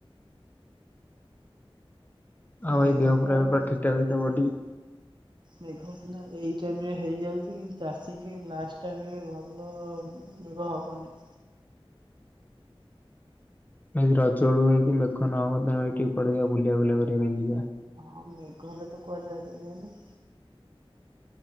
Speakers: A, on the left; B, on the right.
A: ଆଉ
B: ମେଘ
A: ଏଇ ଦେହ
B: ତ
A: ପୁରା
B: ଏବେ
A: ଠିକଠାକ <unintelligible>
B: ମେଘ ସିନା ଏଇ ଟାଇମ ରେ ହେଇଯାଉଛି କିନ୍ତୁ ଚାଷୀଙ୍କ ଲାଷ୍ଟ ଟାଇମ ରେ ଭଲ <unintelligible>
A: ଏଦି ରଜଳୁଆ ଯଦି ମେଘ ନ ହବ ତାହେଲ <unintelligible> ବୁଲା ବୁଲା କରିବା ପାଇଁ ଯିବା
B: ହଁ ମେଘ ହେଲେ ତ କୁଆଡେ ଯାଇପାରିବାନି।